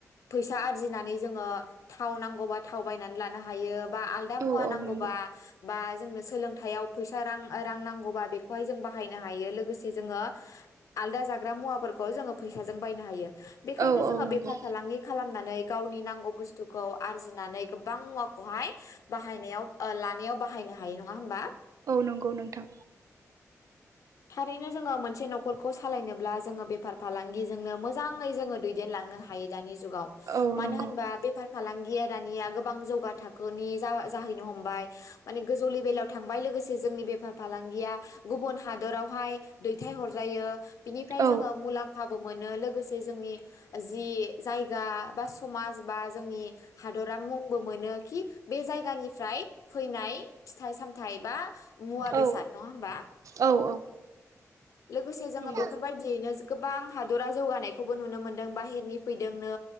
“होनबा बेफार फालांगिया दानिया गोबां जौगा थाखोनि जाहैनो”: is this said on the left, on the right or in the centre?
Left